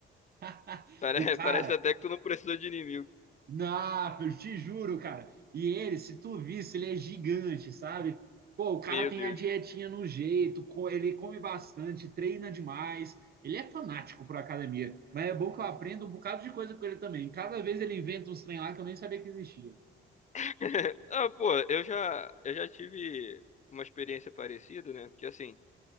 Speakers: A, on the right (about 50°); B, on the left (about 35°).
A: <laughs>
B: Pare-
A: O
B: <laughs>
A: cara,
B: Parece até que tu não precisa de inimigo.
A: Não, eu te juro, cara. E ele, se tu visse, ele é gigante, sabe? Pô, o cara
B: Meu
A: tem
B: Deus.
A: a dietinha no jeito, co- ele come bastante, treina demais. Ele é fanático por academia, mas é bom que eu aprendo um bocado de coisa com ele também. Cada vez ele inventa uns trem lá que eu nem sabia que existia.
B: <laughs> Ah, pô, eu já, eu já tive uma experiência parecida, né? Porque assim,